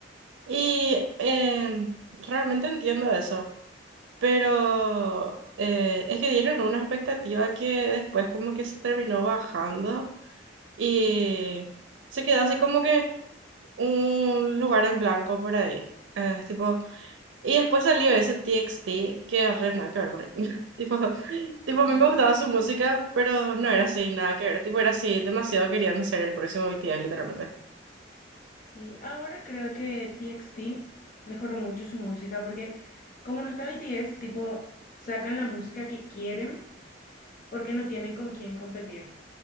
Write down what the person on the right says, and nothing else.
Y eh, realmente entiendo eso, pero eh, es que dieron una expectativa que después como que se terminó bajando y se quedó así como que un lugar en blanco por ahí. Eh, tipo, y después salió ese TXT que es re nada que ver por ahí. <laughs> Tipo, tipo, a mí
me gustaba su música, pero no era así, nada que ver. Tipo, era así, demasiado querían ser el próximo BTS, literalmente.